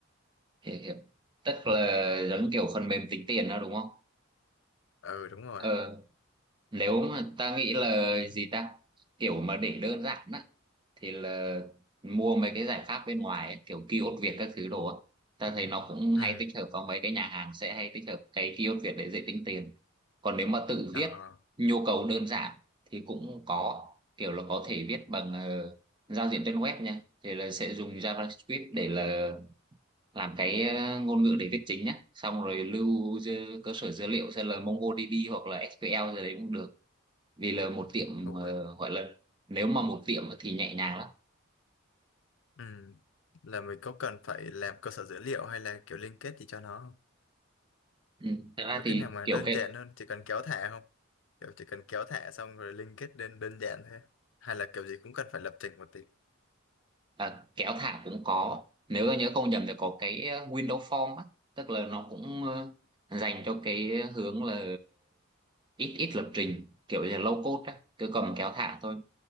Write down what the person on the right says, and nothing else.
hiểu, hiểu. tức là giống kiểu phần mềm tính tiền đó đúng không
ờ nếu mà ta nghĩ là gì ta kiểu mà để đơn giản á thì là mua mấy cái giải pháp bên ngoài ấy, kiểu kiosk Việt các thứ đồ á ta thấy nó cũng
hay tích hợp vào mấy cái nhà hàng sẽ hay tích hợp cái kiosk Việt để dễ tính tiền còn nếu mà tự
viết nhu cầu đơn giản thì cũng có kiểu là có thể viết bằng ờ, giao diện trên web nha thì là sẽ dùng JavaScript để là làm cái ờ, ngôn ngữ để viết chính nhá xong rồi lưu dư- cơ sở dữ liệu sẽ là MongoDB hoặc là SQL gì đấy cũng được vì là một tiệm
ờ, gọi là nếu mà một tiệm thì nhẹ nhàng lắm
Ừ. Thật ra
thì
kiểu
cái
à, kéo thả cũng có nếu mà nhớ không nhầm thì có cái ờ, window form á tức là nó cũng ờ, dành cho cái hướng là ít ít lập trình kiểu như là low code á cứ cầm kéo thả thôi